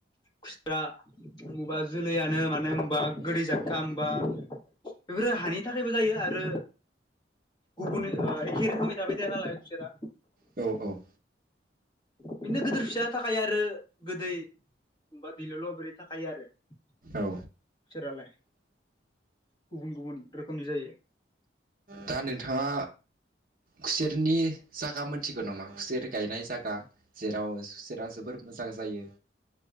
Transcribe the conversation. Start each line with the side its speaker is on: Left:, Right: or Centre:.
Left: खुस्रा बा जोलैयानो माने होनबा गोदै जाथथा होनबा बेफोरो हानि थाखायबो जायो आरो गुबुन ओ ए खेर खामि थाबाय थाया नालाय खुसेरा।
Right: औ औ
Left: बेनो गोदोर फिसा थाखाय आरो गोदै बा दैल'ल' बोरै थाखायो आरो बिसोरालाय
Right: औ
Left: गुबुन गुबुन रोखोमनि जायो
Right: दा नोंथाङा खुसेरनि जायगा मोनथिगौ नामा खुसेर गायनाय जायगा जेराव खुसेरा जोबोर मोजां जायो